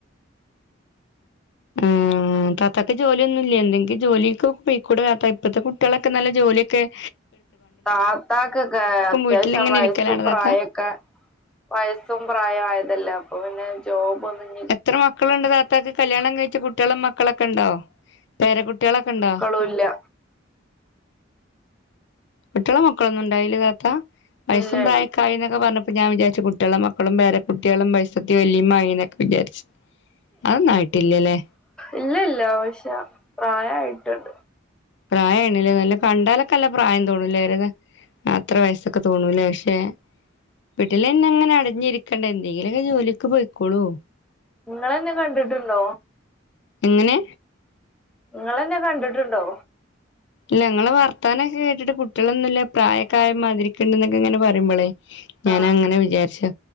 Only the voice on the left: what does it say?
ആഹ് ആഹ് താത്താക്ക് ജോല്യോന്നൂല്ലെ? എന്തെങ്കിലും ജോലിക്കൊ പൊയ്ക്കൂടെ താത്താ, ഇപ്പത്തെ കുട്ട്യാളൊക്കെ നല്ല ജോല്ല്യൊക്കെ-
വീട്ടിലിങ്ങനെ
ഇരിക്കലാണ്
താത്ത
എത്ര മക്കള്ണ്ട് താത്താക്ക്? കല്യാണം കഴിച്ച കുട്ട്യാളും മക്കളൊക്ക്ണ്ടോ? പേരക്കുട്ട്യാളൊക്കണ്ടോ?
കുട്ട്യാളും മക്കളും ഒന്നും ഇണ്ടായിലെ താത്താ? വയസും
പ്രായൊക്കെ-
പ്രായായീന്നൊക്കെ പറഞ്ഞപ്പൊ ഞാംവിചാരിച്ചു കുട്ട്യാളും, മക്കളും, പേരകുട്ട്യാളും, ഭയസത്തി വെല്ലിമ്മായീന്ന് വിചാരിച്ച്. അഹ്ഒന്നും ആയിട്ടില്ലലേ?
പ്രായായ്ണ്ണ്ലെ നല്ലെ കണ്ടാലൊക്കഅല്ല പ്രായം തോന്നുംലെ ഒരെ- അത്ര വയസ്സൊക്കെ തോന്നൂംലെ? അഷെ വീട്ട്ലെന്നങ്ങനെ അടഞ്ഞിരിക്കണ്ട എന്തേലൊക്കെ ജോലിക്ക് പൊയ്ക്കൊളൂ.
എങ്ങനെ?
അല്ല നിങ്ങള് വർത്താനൊക്കെ കേട്ടിട്ട് കുട്ടികളൊന്നുല്ല പ്രായക്കായ മാതിരിക്കണ്ട് എന്നൊക്കെ ഇങ്ങനെ പറയുമ്പോളെ, ഞാന്
അങ്ങനെ വിചാരിച്ചു